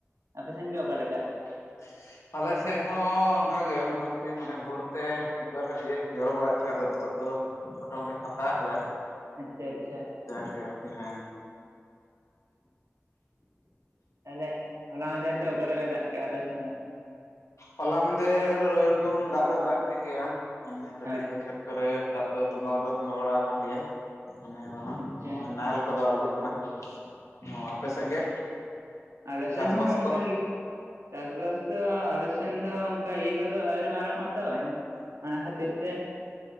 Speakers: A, on the right; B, on the left.
A: ᱟᱯᱮᱥᱮᱱ ᱜᱮ ᱚᱠᱟᱞᱮᱠᱟ
B: <inaudible> ᱟᱞᱮ ᱥᱮᱫ ᱦᱚᱸ ᱚᱱᱠᱟᱜᱮ ᱢᱚᱴᱟᱢᱩᱴᱤ ᱢᱟᱱᱮ ᱵᱷᱳᱨ ᱛᱮ ᱢᱤᱫᱵᱟᱨ ᱠᱟᱹᱴᱤᱡ ᱮ ᱡᱚᱨᱚ ᱵᱟᱲᱟᱭᱮᱫ ᱛᱟᱦᱮᱸᱫᱟ ᱱᱤᱛᱚᱜ ᱫᱚ ᱢᱳᱚᱴᱟᱢᱩᱴᱤ ᱯᱷᱟᱠᱟ ᱠᱟᱫᱟᱭ
A: ᱟᱪᱪᱷᱟ ᱟᱪᱪᱷᱟ
B: ᱡᱟᱜᱮ ᱟᱨᱠᱤ ᱦᱮᱸ
A: ᱛᱟᱦᱞᱮ ᱦᱚᱞᱟ ᱢᱟᱦᱫᱮᱨ ᱫᱚ ᱚᱠᱟ ᱞᱮᱠᱟᱭ ᱫᱟᱜ ᱠᱮᱜᱼᱟ ᱟᱯᱮ ᱥᱮᱱ ᱫᱚ
B: ᱦᱚᱞᱟ ᱢᱟᱸᱫᱷᱮᱨ ᱳᱭᱨᱚᱠᱚᱢ ᱫᱟᱜ ᱫᱚᱭ ᱫᱟᱜ ᱠᱮᱫ ᱜᱮᱭᱟ ᱢᱟᱱᱮ ᱠᱟᱹᱴᱤᱡ
A: ᱦᱳᱭ ᱦᱳᱭ
B: ᱫᱚ ᱠᱷᱮᱛ ᱠᱚᱨᱮ ᱫᱟᱜ ᱫᱚ ᱛᱚᱸᱵᱟᱣ ᱫᱚ ᱛᱚᱸᱵᱟ ᱵᱟᱲᱟ ᱟᱠᱟᱱ ᱜᱮᱭᱟ ᱢᱟᱱᱮ ᱫᱚ ᱦᱟᱸᱜ
A: ᱟᱪᱪᱷᱟ
B: ᱱᱚᱜᱼᱚᱭ ᱱᱟᱦᱮᱞ ᱠᱚᱫᱚ ᱟᱬᱜᱳ ᱠᱟᱱᱟ ᱚ ᱟᱯᱮ
A: ᱟᱪᱪᱷᱟ
B: ᱥᱮᱫ ᱜᱮ
A: ᱟᱞᱮ
B: ᱪᱟᱥᱵᱟᱥ
A: ᱥᱮᱱ ᱦᱚᱸ ᱚᱱᱠᱟᱜᱮ
B: ᱠᱚ
A: ᱪᱟᱥᱵᱟᱥ ᱫᱚ ᱟᱞᱮ ᱥᱮᱱ ᱫᱚ ᱚᱱᱠᱟ ᱤᱭᱟᱹ ᱠᱚᱫᱚ ᱟᱣᱨᱤ ᱢᱟᱨᱟᱝᱚᱜᱼᱟ ᱛᱚ ᱚᱱᱟ ᱠᱷᱟᱹᱛᱤᱨ ᱛᱮ